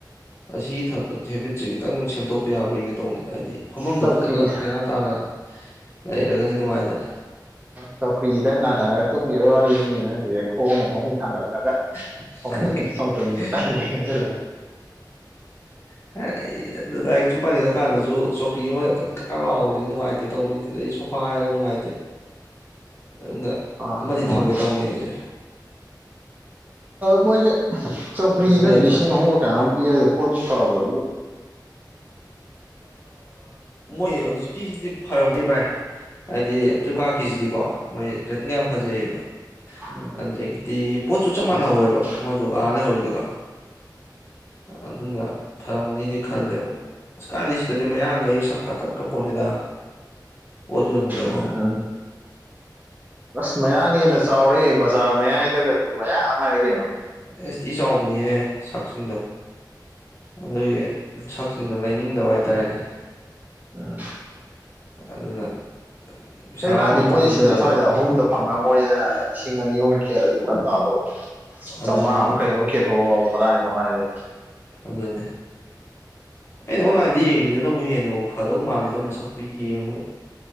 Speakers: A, on the left (about 35°); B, on the right (about 25°).
A: ꯑꯁꯤ ꯊ ꯍꯦꯕꯤꯠꯁꯦ ꯈꯤꯇꯪ ꯁꯦꯝꯗꯣꯛꯄ ꯌꯥꯕ꯭ꯔꯒ ꯇꯧꯕꯅꯤꯅ ꯍꯥꯏꯗꯤ ꯐꯝꯐꯝꯗꯣ
B: ꯆꯧꯀ꯭ꯔꯤꯗ
A: ꯐꯖꯅ ꯅꯦꯅꯥ ꯇꯥꯅ ꯂꯩꯔꯒꯗꯤ ꯅꯨꯡꯉꯥꯏꯗꯅ
B: ꯆꯧꯀ꯭ꯔꯤꯗꯪ ꯉꯥꯊꯥꯔꯒ ꯇꯨꯡꯒꯤ ꯑꯣꯏ ꯋꯥꯔꯤꯅꯤ ꯅꯪꯒꯤ ꯈꯣꯡꯅ ꯐꯣꯡꯗ ꯊꯥꯡꯒꯠꯂꯒ
A: <unintelligible>
B: ꯁꯥꯎꯖꯟꯕ ꯇꯜꯂꯦ ꯍꯥꯏꯖꯜꯂꯦ
A: ꯍ ꯑꯩ ꯂꯥꯏꯔꯤꯛꯁꯨ ꯄꯥꯅꯤꯡꯉ ꯀꯥꯟꯗꯁꯨ ꯆꯧꯀ꯭ꯔꯤ ꯑꯃ ꯀ ꯀꯥ ꯂꯥꯎꯕꯁꯤ ꯅꯨꯡꯉꯥꯏꯇꯦ ꯇꯧꯕꯅꯤ ꯑꯗꯩꯁꯨ ꯄꯥꯏꯔ ꯅꯨꯡꯉꯥꯏꯇꯦ ꯑꯗꯨ
B: ꯑ
A: ꯑꯃꯗꯤ
B: ꯃꯥꯅꯦ
A: ꯊꯝꯒꯦ ꯇꯧꯕꯅꯤ ꯑꯩꯁꯦ
B: ꯃꯣꯏꯒꯤ ꯆꯧꯀ꯭ꯔꯤ
A: ꯑꯗꯨ
B: ꯅꯪ
A: ꯂꯩꯗꯅ
B: ꯂꯤꯁꯤꯡ ꯑꯍꯨꯝꯒ ꯀꯌꯥꯃ ꯏ ꯄꯣꯠ ꯇꯥꯕ꯭ꯔꯣ ꯑꯗꯨ
A: ꯃꯣꯏ ꯍꯧꯖꯤꯛꯀꯤꯁꯤꯗꯤ ꯐꯔꯝꯒꯤ ꯚꯏ ꯍꯥꯏꯗꯤ ꯐ꯭ꯂꯤꯞꯀꯥꯔꯠꯀꯤꯁꯤꯗꯤꯀꯣ ꯃꯣꯏ ꯔꯦꯇꯤꯡ ꯌꯥꯝ ꯐꯖꯩꯌꯦꯕ
B: ꯎꯝ
A: ꯑꯗꯒꯤꯗꯤ ꯄꯣꯠꯁꯨ ꯆꯞ ꯃꯥꯟꯅꯍꯧꯌꯦꯕ
B: ꯎꯝ
A: ꯑꯃꯗꯨ ꯑꯥ ꯂꯩꯍꯣꯏꯗꯨꯒ ꯑꯗꯨꯅ ꯐꯔꯝꯒꯅꯤꯗꯤ ꯈꯜꯂꯦꯕ ꯑꯁꯀꯥꯗꯤ ꯁꯤꯗꯗꯤ ꯃꯌꯥꯡꯈꯩ ꯁꯛꯇꯛ ꯀꯠꯈꯄꯣꯅꯤꯗ ꯑꯣꯖꯦꯜ ꯃꯂꯕ
B: ꯎꯝ ꯎꯝ ꯑꯁ ꯃꯌꯥꯡꯅ ꯍꯦꯟꯅ ꯆꯥꯎꯔꯦ ꯕꯖꯥꯔ ꯃꯌꯥꯏꯗꯒꯗꯤ ꯃꯌꯥꯡ ꯑꯉꯥꯏꯗ ꯀꯩꯅꯣ
A: ꯑꯦꯁ ꯇꯤ ꯆꯥꯎꯕꯤꯅꯤꯍꯦ ꯁꯛꯁꯤꯡꯗꯣ ꯑꯗꯨꯒꯤ ꯁꯛꯁꯤꯡꯗꯣ ꯂꯩꯅꯤꯡꯗꯕ ꯍꯥꯏꯇꯥꯔꯦꯅꯦ
B: ꯎꯝ
A: ꯑꯗꯨꯅ ꯄꯩꯁꯥ
B: ꯀꯩꯀꯥꯟꯗꯤ
A: ꯑꯃ
B: ꯃꯣꯏꯅ
A: ꯇꯥꯡꯖꯔꯤꯕ
B: ꯁꯤꯗ ꯁ꯭ꯋꯥꯏꯗ ꯑꯍꯨꯝꯗ ꯐꯪꯉꯒ ꯃꯣꯏꯅ ꯂꯤꯁꯤꯡ ꯑꯅꯤ ꯑꯍꯨꯝ ꯈꯦꯠꯗꯤ ꯈꯔ ꯇꯥꯗꯧꯕ
A: ꯑꯗꯨꯅꯤ
B: ꯆꯥꯝꯃꯉꯥ ꯑꯃꯨꯛ ꯀꯔꯤ ꯑꯃꯛ ꯈꯦꯠꯄꯕꯣ ꯀꯗꯥꯏꯅꯣ ꯍꯥꯏꯁ
A: ꯑꯗꯨꯅꯦ ꯑꯩꯅ ꯑꯣꯟꯂꯥꯏꯟꯗ ꯌꯦꯡꯉꯤꯗꯅꯕꯨ ꯍꯦꯟꯅꯕꯨ ꯐꯗꯧ ꯃꯥꯜꯂꯤꯗ ꯃꯁꯛꯇꯨ ꯌꯦꯡꯕꯗ